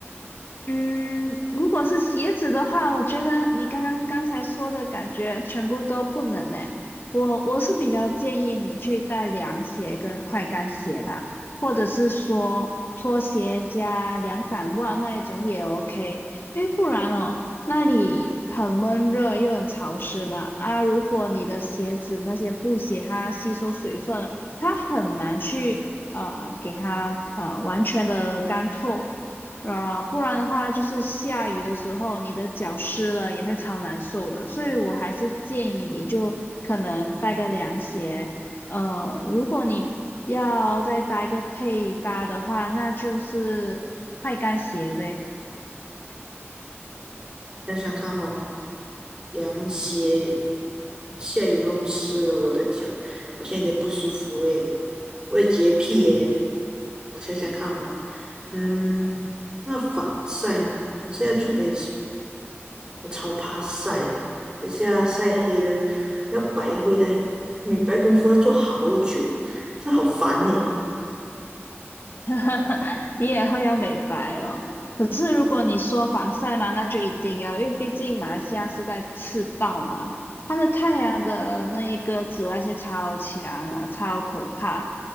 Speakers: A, on the left; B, on the right.
A: 嗯，如果是鞋子的话，我觉得你刚刚刚才说的感觉全部都不能诶。我我是比较建议你去带凉鞋跟快干鞋啦，或者是说拖鞋加凉感袜那一种也 OK，因为不然哦，那里很闷热又很潮湿嘛。啊，如果你的鞋子那些布鞋它吸收水分，它很难去呃给它呃完全的干透。啊，不然的话就是下雨的时候，你的脚湿了也会超难受的，所以我还是建议你就可能带个凉鞋。呃，如果你要再搭一个配搭的话，那就是快干鞋呗。
B: 想想看哈、凉鞋，下雨弄湿了我的脚，好像有点不舒服诶。我有洁癖耶，我想想看哈、嗯，那防晒呢？防晒要准备什么？我超怕晒，等下晒黑了要白回来，美白功夫要做好久，这好烦呢、
A: <laughs> 你也会要美白哦。可是如果你说防晒嘛，那就一定要，因为毕竟马来西亚是在赤道嘛，它的太阳的那一个紫外线超强啊，超可怕。